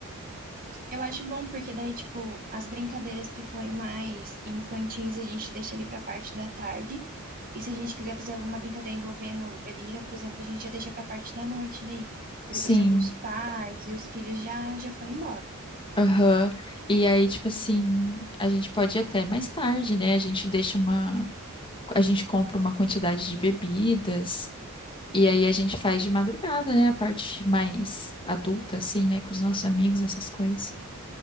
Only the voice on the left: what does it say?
Sim,
aham. E aí, tipo assim, a gente pode ir até mais tarde, né? A gente deixa uma. A gente compra uma quantidade de bebidas. E aí a gente faz de madrugada, né? A parte mais adulta, assim, né? Com os nossos amigos, essas coisas.